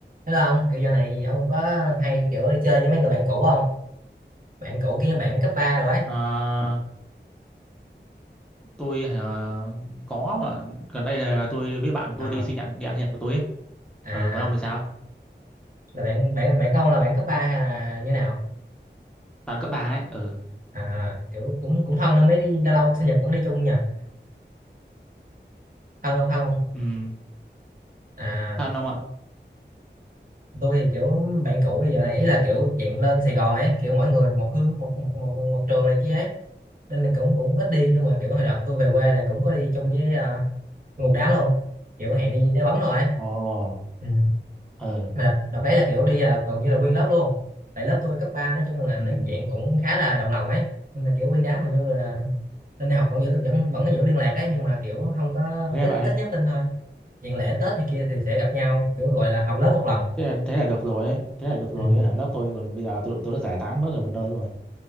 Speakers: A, on the right; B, in the centre.
A: Thế là ông kiểu giờ này ông có hay kiểu đi chơi với mấy người bạn cũ không? Bạn cũ kia bạn cấp 3 rồi ấy.
B: À, tôi à, có mà gần đây là tôi với bạn
A: Ờ,
B: tôi đi sinh nhật đi ăn sinh nhật của tôi ấy.
A: à
B: Ờ, còn ông thì sao?
A: là bạn bạn bạn của ông là bạn cấp 3 hay là như nào?
B: Bạn cấp ba ấy. Ờ,
A: À kiểu cũng cũng thân nên mới đi lâu lâu sinh nhật vẫn đi chung nha. Thân không thân không?
B: ừ,
A: À
B: thân ông ạ.
A: tôi thì kiểu bạn cũ thì giờ này ý là kiểu chuyện lên Sài Gòn ấy, kiểu mỗi người một hướng một một một, một trường này kia ấy. Nên là cũng cũng ít đi nhưng mà kiểu hồi đợt tôi về quê này cũng có đi chung với uh, một đám luôn. Kiểu hẹn đi đá bóng rồi ấy.
B: Ồ,
A: Ừ.
B: ờ,
A: mà đợt, đợt đấy là kiểu đi là gần như là nguyên lớp luôn tại lớp tôi cấp 3 nói chung là
B: ừ,
A: nói chuyện cũng khá là đồng lòng ấy nhưng mà kiểu nguyên đám hầu như là lên đại học vẫn giữ vẫn vẫn có giữ liên lạc ấy nhưng mà kiểu không có
B: ghê
A: ít,
B: vậy.
A: ít nhắn tin thôi chuyện lễ Tết hay kia thì sẽ gặp nhau kiểu gọi là họp lớp một lần
B: Thế là, thế là được rồi ấy. Thế là được rồi
A: ừ.
B: ấy. hả? Lớp tôi còn bây giờ tôi, tôi đã giải tán mỗi người một nơi rồi.